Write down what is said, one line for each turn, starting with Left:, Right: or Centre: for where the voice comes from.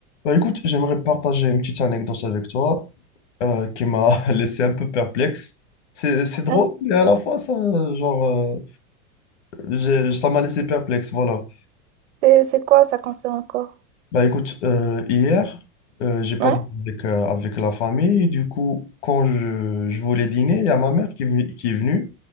Left: Bah écoute, j'aimerais partager une petite anecdote avec toi euh, qui m'a <laughs> laissé un peu perplexe. C'est, c'est drôle,
Right: Ah,
Left: mais à la fois, ça, genre, euh, j'ai- ça m'a laissé perplexe, voilà.
Right: C'est c'est quoi, ça concerne encore
Left: Bah écoute, euh, hier, euh, j'ai pas
Right: Ouais.
Left: dîné avec, euh, avec la famille. Du coup, quand je, je voulais dîner, il y a ma mère qui, est venue- qui est venue